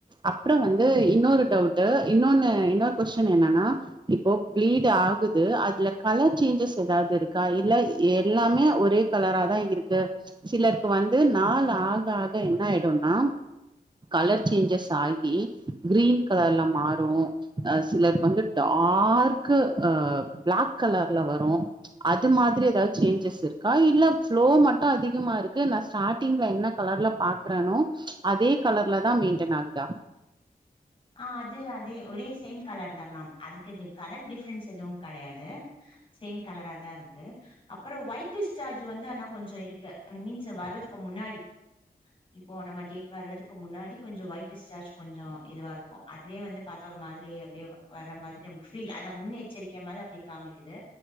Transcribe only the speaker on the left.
ஆ அது அதே ஒரே சேம் கலர் தா மேம் அதுக்கு இது கலர் டிஃப்ரன்ஸ் எதுவு கெடையாது சேம் கலரா தா இருக்கு அப்பறோ ஒய்டி சார்ஜ் வந்து ஆனா கொஞ்சோ இருக்கு ஐ மீன்ஸ் வர்றதுக்கு முன்னாடி இப்போ நம்ம டேட் வர்றதுக்கு முன்னாடி கொஞ்சோ ஒயிட் டிஸ்சார்ஜ் கொஞ்சோ இது வாருக்கு அதுவே வந்து பாத்த ஒரு மாரி அப்டியே வர்ற மாதிரி நமக்கு ஃபீல் அத முன்னெச்சரிக்க மாரி அப்டி காமிக்குது